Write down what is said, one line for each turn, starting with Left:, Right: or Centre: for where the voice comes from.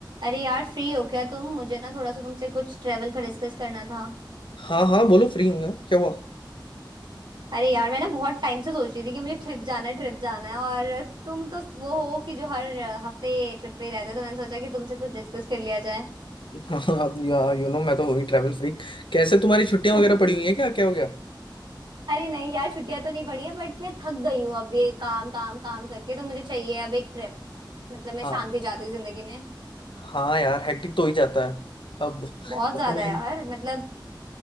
Right: अरे यार फ्री हो क्या तुम मुझे ना थोड़ा सा तुमसे कुछ ट्रेवल का डिस्कस करना था
Left: हाँ हाँ बोलो फ्री हूँ यार क्या हुआ
Right: अरे यार मैं ना बहुत टाइम से सोच रही थी कि मुझे ट्रिप जाना है ट्रिप जाना है और तुम तो वो हो कि जो हर अ, हफ्ते ट्रिप पे ही रहते हो तो मैंने सोचा कि तुमसे कुछ डिस्कस कर लिया जाए
Left: हाँ हाँ यार यू नो मैं तो हुई ट्रैवल फ्रीक कैसे तुम्हारी छुट्टियां
Right: <laughs>
Left: वगैरह पड़ी हुई है क्या क्या हो गया
Right: अरे नहीं यार छुट्टियां तो नहीं पड़ी है बट मैं थक गई हूँ अब ये काम काम काम करके तो मुझे चाहिए अब एक ट्रिप मतलब मैं
Left: हाँ
Right: शांति चाहती हूँ जिंदगी में
Left: हाँ यार हेक्टिक तो हो ही जाता है अब
Right: बहुत ज्यादा
Left: अब तो मैं
Right: यार मतलब